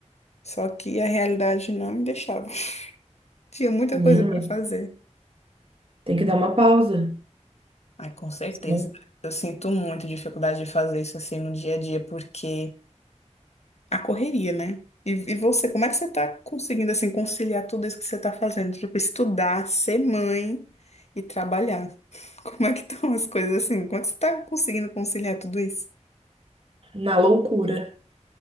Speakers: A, on the left (about 60°); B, on the right (about 50°).
A: Só que a realidade não me deixava. <laughs> Tinha muita
B: Menina,
A: coisa para
B: mas
A: fazer.
B: tem que dar uma pausa,
A: Ai, com certeza.
B: senão
A: Eu sinto muito dificuldade de fazer isso assim no dia a dia, porque. a correria, né? E, e você, como é que você tá conseguindo, assim, conciliar tudo isso que você tá fazendo? Tipo, estudar, ser mãe e trabalhar. <laughs> Como é que estão as coisas assim? Como é que você tá conseguindo conciliar tudo isso?
B: na loucura.